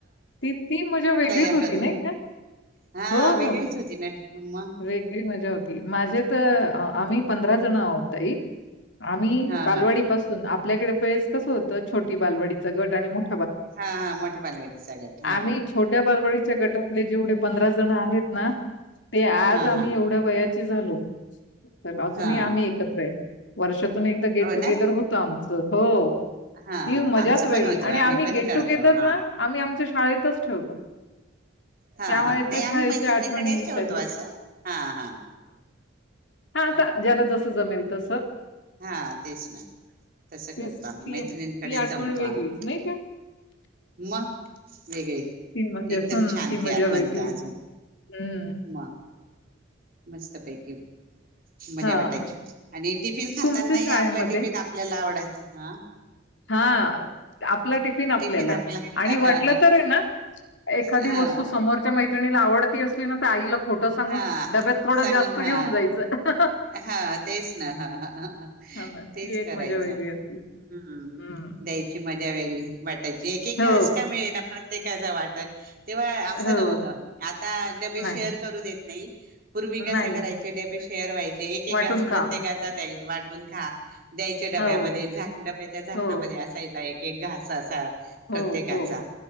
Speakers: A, on the left; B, on the right.
A: ती ती मजा वेगळीच
B: आठवत
A: होती नाही का,
B: हा
A: हो
B: वेगळीच
A: हो
B: होती ना मग
A: वेगळी मजा होती माझे तर, आम्ही पंधरा जण आहो तई आम्ही
B: हा
A: बालवडी
B: हा
A: पासून आपल्याकडे पेस कसं होतं छोटीलडीचं गट आणि मोठ
B: हा हा मोठ्या बालवडी सगळत
A: आम्ही छोट्या बालवाडी ळीच्या गटातले जेवढे पंधरा जण आहेत ना ते आज
B: हा
A: आम्ही
B: हा
A: एवढं वया झालो तर अजूनही
B: हा
A: आम्ही एकत्र आहे वर्ष तून एकदा गेट
B: हो
A: टुगेदर
B: ना
A: होतं आमच हो
B: हा
A: ती मजाच
B: आमचं
A: वेगळी
B: पण होतं
A: आणि आम्ही
B: पण
A: गेट
B: करतो
A: टुगेदर
B: हा
A: ना आम्ही आमच्या शाळेतच ठेवतो
B: हा
A: त्यामुळे
B: हा नाही
A: त्या शाळेच्या
B: आम्ही मैत्रिणीकडे
A: आठवणी इत्यादी
B: ठेवतो असं हा हा
A: हाता
B: हा
A: ज्याला जस जमेल तस,
B: हा तेच ना तसं
A: तीच
B: करतो
A: ती
B: आम्ही मैत्रिणींकडे
A: ती आठवण
B: जमतो
A: वेगळीच
B: आम्ही
A: नाही का?
B: मग वेगळे
A: ती मजा
B: एकदम
A: हम
B: छान
A: ती मजा
B: आठवण
A: वेगळी
B: तर अजून
A: हम्म
B: मग मस्तपैकी मजा
A: हां.
B: वाटायची आणि टिफिन खाताना
A: तुमच्या शाळेमध्ये
B: आपला टिफिन आपल्याला आवडत हा
A: हा आपलं पाहिजे ना आपल्याला
B: टिफिन आपला
A: आणि
B: हा
A: वाटलं तर ना एखादी
B: हा
A: वस्तू समोर मा टिफिन आवडली असली ना तर आईला खोटं सांगून
B: हा
A: डब्यात थोडं
B: सांगून
A: जास्त घेऊन
B: हा
A: जायचं
B: हा तेच ना हा ह. अज <unintelligible>
A: हां, मग ती
B: तेच
A: एक
B: करायचं
A: मजा वेगळी होती.
B: हम्म
A: हं.
B: द्यायची मज जरा <unintelligible> वेगळी वाटायची एक एक
A: हो,
B: घास का मिळेना प्रत ते कसाचं <unintelligible> वाटत तेव्हा असं
A: हो.
B: नव्हतं आता डबे
A: नाही,
B: शेअर करू देत. नाही. पूर्वी कसे
A: नाही.
B: करायचे डबबे शेअर व्हाय एक
A: वाटून
B: घास प्रत्येकाचा
A: खा.
B: द्या. वाटून खा. द्यायचे डब्यामध्ये
A: हो,
B: झाक डब्याच्या झाकणा
A: हो,
B: मध्ये असायचा एक. एक घास असा प्रत्येकाचा
A: हो हो